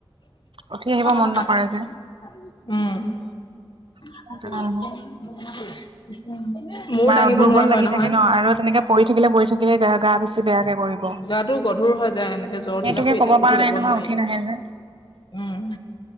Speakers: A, on the right (about 75°); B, on the left (about 60°).
A: উঠি আহিব মন
B: না <unintelligible>
A: নকৰে যে
B: উম মূৰ
A: সেইটো কাৰণেহে
B: দাঙিব নোৱাৰা হয়
A: তোমাৰ দুৰ্বল
B: নহয়।
A: লাগি থাকে ন আৰু তেনেকে পৰি থাকিলে, পৰি থাকিলে গা গা বেছি বেয়া কৰিব।
B: গাটো গধুৰ হৈ যায় এনেকে জ্বৰ
A: সেইটোকে
B: দিলে শুই
A: ক'ব পৰা
B: উঠি
A: নাই
B: যাব
A: নহয়
B: নোৱাৰিলে।
A: উঠি নাহে যে
B: উম'